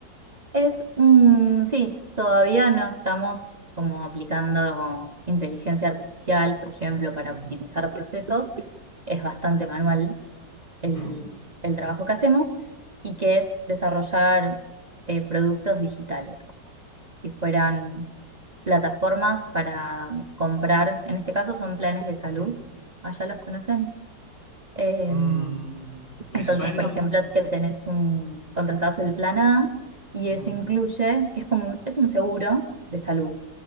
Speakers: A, on the right; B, on the left.
A: Es un, sí, todavía no estamos como aplicando inteligencia artificial, por ejemplo, para
B: Ujú,
A: optimizar procesos. Es bastante manual el,
B: ujú,
A: el trabajo que hacemos y que es desarrollar eh, productos digitales, como si fueran plataformas para comprar. En este caso son planes de salud.
B: ujú.
A: Allá los conocen. Em,
B: Mm, me
A: entonces,
B: suena,
A: por ejemplo,
B: mm,
A: que tenés un contratazo del plan A y
B: ujú,
A: eso incluye, que es como, un- es un seguro de salud.